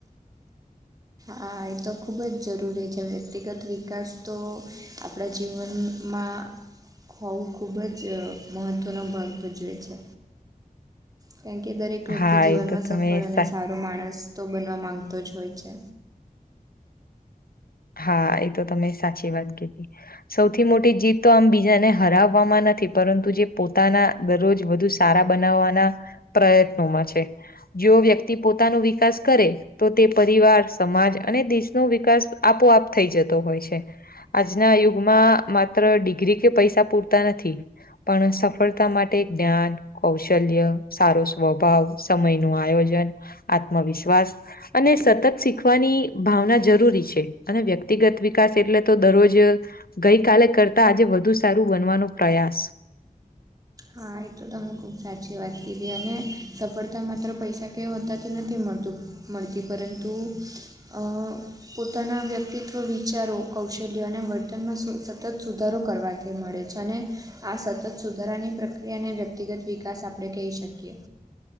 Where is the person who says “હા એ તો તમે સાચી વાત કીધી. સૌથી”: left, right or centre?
Left